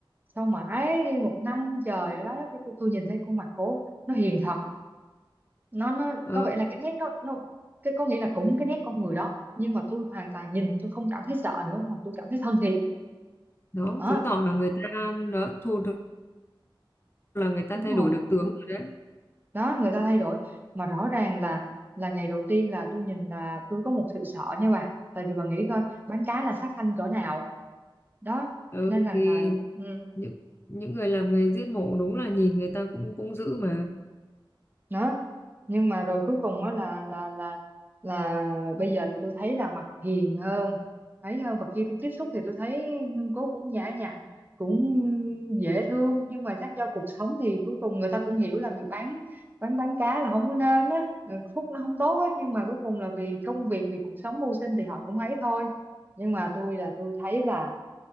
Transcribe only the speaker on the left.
ờ,
đó
chứng tỏ là người ta nó thu được là người ta
thay
đổi được tướng rồi đấy
ừ,
thì
những những người làm nghề giết mổ đúng là nhìn người ta cũng cũng dữ mà